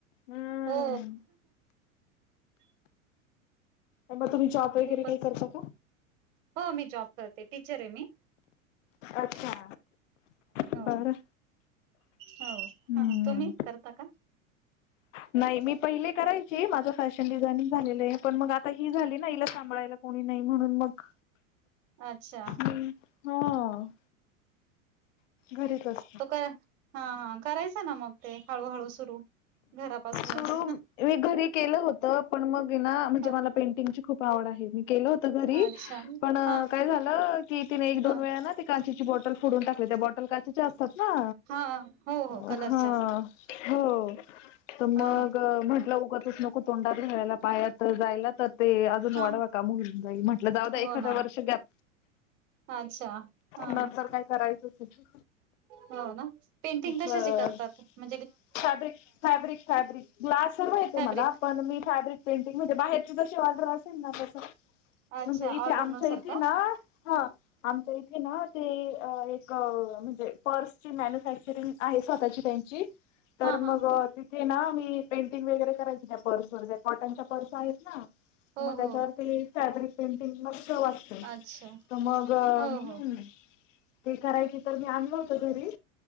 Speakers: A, on the left (about 60°); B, on the right (about 60°).
A: हम्म.
B: हो.
A: ए मग तुम्ही जॉब वगैरे
B: खूपच.
A: काही करता का?
B: हो मी जॉब करते टीचर आहे मी.
A: अच्छा
B: हो
A: बरं.
B: हो.
A: हम्म.
B: तुम्ही करता का?
A: नाही मी पहिले करायची. माझं फॅशन डिझायनिंग झालेलं आहे. पण मग आता ही झाली ना हिला सांभाळायला. कोणी नाही म्हणून मग
B: अच्छा
A: हम हं. घरीच अस
B: काय हां हा. करायचं ना मग ते हळूहळू सुरू. घरापासूनच
A: सुरू मी घरी केलं होत. पण मग ये ना म्हणजे
B: हा
A: मला पेंटिंगची खूप आवड आहे. मी केलं होत घरी
B: अच्छा
A: पण
B: हा
A: काय झालं, की तिने एक दोन
B: हा
A: वेळाना ते काचेची बॉटल फोडून टाकल्या त्या बॉटल काचेच्या असतात ना.
B: आ हो.
A: अ
B: हो कलरच्या
A: हा हो तर मग
B: हा हा
A: म्हटलं उगचच नको तोंडात घालायला पायात जायला तर ते अजून
B: हा
A: वाढवा काम होऊन जाईल. म्हटलं जाऊ दे
B: हो
A: एखादा
B: ना
A: वर्ष गॅप
B: अच्छा हा
A: नंतर काय करायचच की.
B: हो ना. पेंटिंग कशाची
A: मग
B: करता तुम्ही?
A: फॅब्रिक फॅब्रिक फॅब्रिक ग्लास म येते
B: फॅब्रिक
A: मला पण मी फॅब्रिक पेंटिंग मध्ये बाहेरचे जशी ऑर्डर असेल ना. तस म्हणजे
B: अच्छा
A: इथे
B: ऑर्डर
A: आमच्या
B: नुसार
A: इथे
B: का
A: ना हा आमच्या इथे ना ते एक अ म्हणजे पर्सची मॅन्युफॅक्चरिंग आहे स्वतःची त्यांची तर
B: हा
A: मग
B: हा
A: अ तिथ ते ना मी पेंटिंग वगैरे करायची त्या पर्सवर ज्या कॉटनच्या पर्स आहेत ना.
B: हो
A: मग त्याच्यावरती
B: हो
A: फॅब्रिक पेंटिंग मग तेव्हा
B: अच्छा
A: तर मग हम्.
B: हो हो
A: ते करायचे तर मी आणल होत घरी.